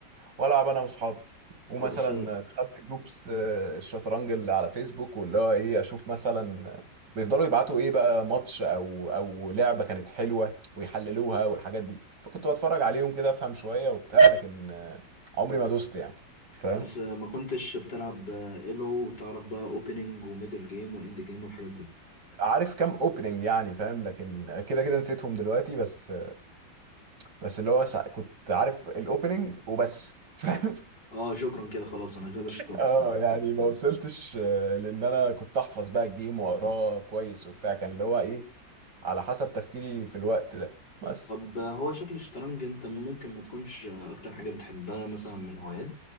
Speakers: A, on the right; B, on the left.
A: والعب انا واصحابي ومثلا
B: أه بس
A: دخلت جروبس آه، الشطرنج اللي على فيسبوك واللي هو ايه اشوف مثلا بيفضلوا يبعتوا ايه بقى ماتش او او لعبة كانت حلوة ويحللوها والحاجات دي فكنت بتفرج عليهم كده افهم شوية وبتاع لكن آه، عمري ما دوست يعني فاهم
B: بس آه، ما كنتش بتلعب آه، إيلو وتعرف بقى أوبننج وميدل جيم وإند جيم والحاجات دي
A: عارف كام اوبننج يعني فاهم لكن كده كده نسيتهم دلوقتي بس بس اللي هو سع- كنت عارف الاوبننج وبس فاهم
B: أه شكرا كده خلاص أنا كده شطبت
A: <laughs> اه يعني ما وصلتش آه، لان انا كنت احفظ بقى الجيم واقراه كويس وبتاع كان اللي هو ايه على حسب تفكيري في الوقت ده بس
B: طب هو شكل الشطرنج انت ممكن ما تكونش اكتر حاجة بتحبها مثلا من هوايات